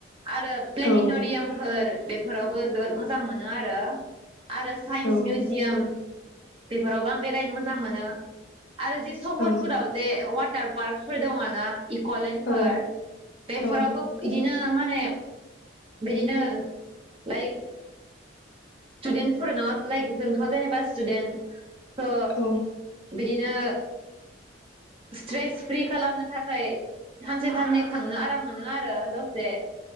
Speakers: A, on the right; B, on the left.
A: आरो प्लेनिटरियामफोर
B: औ
A: बेफोरावबो जोबोद मोजां मोनो आरो आरो साइन्स
B: औ
A: मिउजियाम बेफोरावबो आं बेरायनो मोजां मोनो। आरो जे सहरफोराव
B: औ
A: जे <unintelligible> <unintelligible> पार्कफोर दङ' ना इक'लेनफोर
B: औ
A: बेफोरावबो
B: औ
A: इदिनो <unintelligible> <unintelligible> बिदिनो <unintelligible> स्टुदेन्टफोर न लाइक जोंथ' जेनेबा स्टुदेन्ट हो
B: औ
A: बिदिनो स्ट्रेस फ्रि खालामनो थाखाय सानसे साननै थांनो आराम मोनो आरो दसे